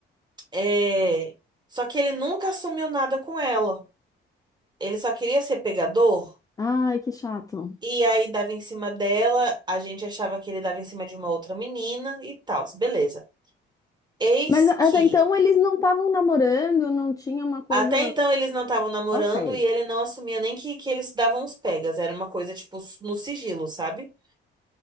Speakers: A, on the right; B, on the left.
A: É... Só que ele nunca assumiu nada com ela. Ele só queria ser pegador.
B: Ai, que chato.
A: E aí dava em cima dela. A gente achava que ele dava em cima de uma outra menina e tal. Beleza. Eis
B: Mas até
A: que.
B: então eles não estavam namorando, não tinha uma coisa.
A: Até então eles não estavam namorando
B: Ok,
A: e ele não assumia nem que, que eles davam uns pegas. Era uma coisa, tipo, no sigilo, sabe?